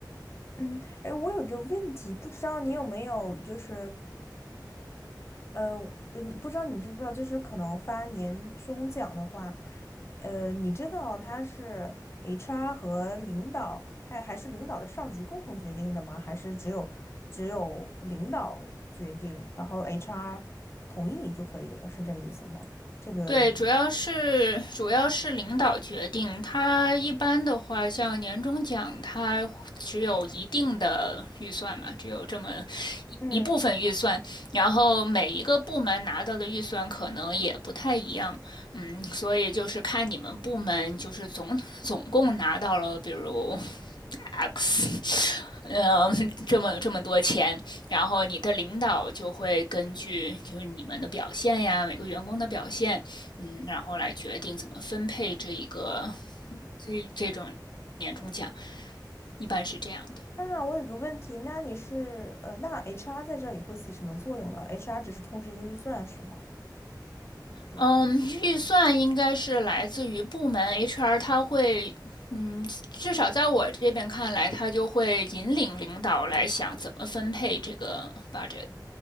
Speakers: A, on the left; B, on the left.
A: 嗯，哎，我有个问题，不知道你有没有就是。呃，呃你不知道你知不知道，就是可能发年终奖的话，呃，你知道它是 HR 和领导，还还是领导的上级共同决定的吗？还是只有只有领导决定，然后 HR 同意就可以了，是这个意思吗？这个，
B: 对，主要是主要是领导决定。他一般的话，像年终奖，他只有一定的预算嘛，只有这么一一部分预算。
A: 嗯，
B: 然后每一个部门拿到的预算可能也不太一样，嗯，所以就是看你们部门就是总总共拿到了，比如 X 嗯，<laughs> 这么这么多钱，然后你的领导就会根据就是你们的表现呀，每个员工的表现，嗯，然后来决定怎么分配这一个这这种年终奖，一般是这样的。
A: 那我有个问题，那你是呃，那 HR 在这里会起什么作用呢？HR 只是通知一个预算是吗？是。
B: 嗯，预算应该是来自于部门 HR，他会，嗯，至少在我这边看来，他就会引领领导来想怎么分配这个 budget。